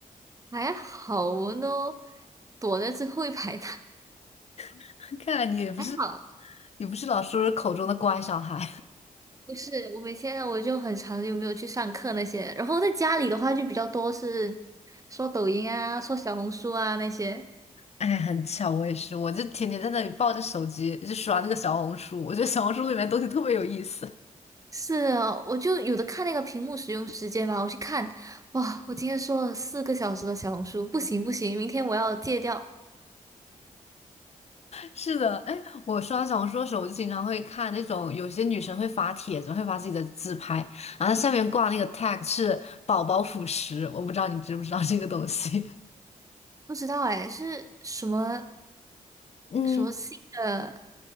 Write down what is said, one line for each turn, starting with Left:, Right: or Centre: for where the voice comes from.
Right: 还好我们都躲在最后一排打，
Left: <laughs> 看来你也不是，
Right: 还好。
Left: 你不是老师口中的乖小孩。
Right: 不是，我们现在我就很长就没有去上课那些，然后在家里的话就比较多是刷抖音啊、刷小红书啊那些。
Left: <laughs> 哎，很巧，我也是，我就天天在那里抱着手机，就刷那个小红书。我觉得小红书里面东西特别有意思。<laughs>
Right: 是啊，我就有的看那个屏幕使用时间吧，我去看，哇，我今天说了四个小时的小红书，不行不行，明天我要戒掉。
Left: 是的，哎，我刷小红书的时候，我就经常会看那种有些女生会发帖子，会发自己的自拍，然后它下面挂那个 tag 是宝宝辅食，我不知道你知不知道这个东西。
Right: 不知道哎，是什么
Left: <laughs> 嗯，
Right: 什么新的